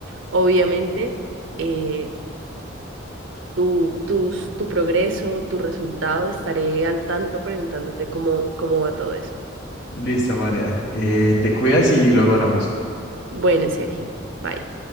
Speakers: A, on the right (about 80°); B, on the left (about 60°).
A: obviamente, eh, tu, tus, tu progreso, tu resultado, estaré al tanto preguntándote cómo, cómo va todo eso.
B: Listo, María. Eh, te cuidas y luego hablamos.
A: Bueno, Sergio, bye.